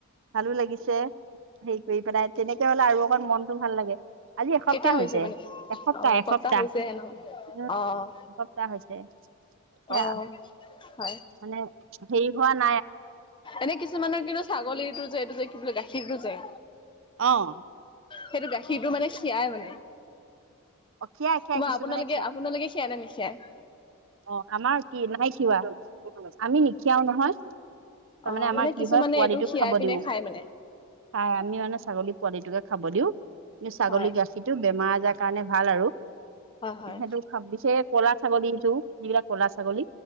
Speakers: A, on the right; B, on the left.
A: ভালো লাগিছে হেৰি কৰি পেলাই তেনেকে হলে আৰু মনতটো ভাল লাগে আজি এসপ্তাহ
B: কেতিয়া
A: হৈছে
B: মানে?
A: এসপ্তাহ
B: অ',
A: এসপ্তাহ
B: হৈছেহে ন?
A: উ
B: অ',
A: সপ্তা হৈছে শেয়া
B: অ'। হয়,
A: মানে হেৰি হোৱা না
B: এনে কিছুমানৰ কিন্তু ছাগলীটো যে এইটো যে কি বোলে গাখীৰটো যে
A: অ',
B: সেইটো গাখীৰটো মানে খীৰায় মানে
A: অ খীৰাই খীৰাই
B: তোমাৰ
A: কিছুমানে
B: আপোনালোকে
A: খীৰাই
B: আপোনালোকে খিয়ায় নে নিখিয়ায়
A: অ', আমাৰ কি নাই খিয়াৱা আমি নিখিয়াও নহয় তাৰমানে
B: অ
A: আমাৰ
B: মানে
A: কি
B: কিছুমানে
A: হয় পোৱালিটোক
B: এইটো খীৰাই
A: খাব
B: পিনে
A: দিওঁ
B: খাই
A: খাই
B: মানে
A: আমি মানে ছাগলী পোৱালিটোকে খাব দিওঁ কিন্তু ছাগলী
B: হয়।
A: গাখীৰতটো বেমাৰ আজাৰ কাৰণে ভাল আৰু সেইটো
B: হয় হয়।
A: পিছে কলা ছাগলীটো যিবিলাক কলা ছাগলী